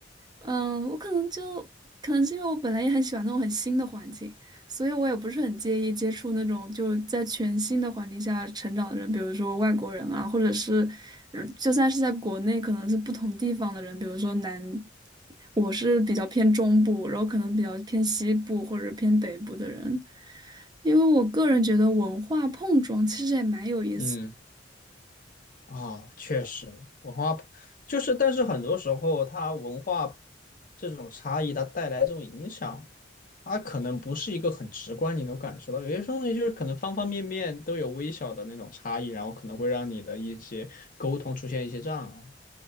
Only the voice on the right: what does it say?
嗯，我可能就可能是因为我本来也很喜欢那种很新的环境，所以我也不是很介意接触那种就是在全新的环境下成长的人，比如说外国人啊，或者是嗯就算是在国内，可能是不同地方的人，比如说南，我是比较偏中部，然后可能比较偏西部或者偏北部的人。因为我个人觉得文化碰撞其实也蛮有意思。